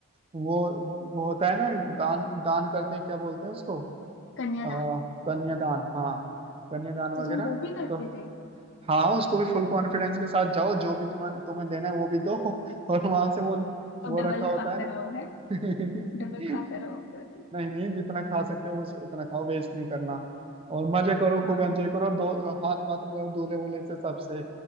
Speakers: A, on the right; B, on the left.
A: वो वो होता है ना दान दान करते हैं क्या बोलते हैं उसको
B: कन्यादान
A: आ, कन्यादान हाँ कन्यादान वगैरह
B: तो तुम वो भी करते
A: तो
B: थे
A: हाँ उसको भी फुल कॉन्फिडेंस के साथ जाओ जो भी तुम्हें तुम्हें देना है वो भी दो <laughs> और वहां से वो
B: और
A: वो
B: डबल
A: रखा होता
B: खा
A: है
B: कर
A: ना
B: आओ है
A: <laughs>
B: डबल खा कर आओ पर
A: नहीं नहीं जितना खा सकते हो उसे- उतना खाओ वेस्ट नहीं करना और मजे करो खूब
B: हाँ
A: एंजॉय करो और दो हाथ वाथ मिलाओ दूल्हे वूल्हे से सबसे